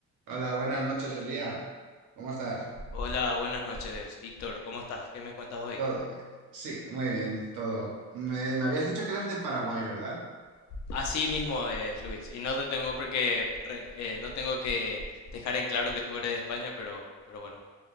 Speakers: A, on the right; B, on the left.
A: Hola, buenas noches, Elía. ¿Cómo estás?
B: Hola, buenas noches, Víctor. ¿Cómo estás? ¿Qué me cuentas hoy?
A: Todo bien. Sí, muy bien, todo. Me, me habías dicho que eras de Paraguay, ¿verdad?
B: Así mismo es, Luis. Y no te tengo porque re- eh, no tengo que dejar en claro que tú eres de España, pero, pero bueno.